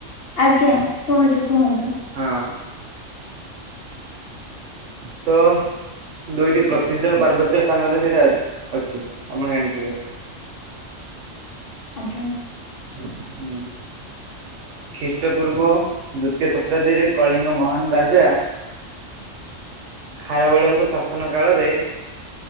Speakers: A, on the left; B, on the right.
A: ଆଜ୍ଞା ଶୁଣୁଛୁ କୁହନ୍ତୁ।
B: ହଁ। ତ ଦୁଇଟି ପ୍ରସିଦ୍ଧ ପାର୍ବତ୍ୟ ସ୍ଥାନରେ ସେଇଟା ଅଛି ଆପଣ ଜାଣିଥିବେ।
A: ଆଜ୍ଞା।
B: ହୁଁ। ଖ୍ରୀଷ୍ଟପୂର୍ବ ଦ୍ଵିତୀୟ ଶତାବ୍ଦୀରେ କଳିଙ୍ଗ ମହାନ ରାଜା ଖାରବେଳଙ୍କ ଶାସନ କାଳରେ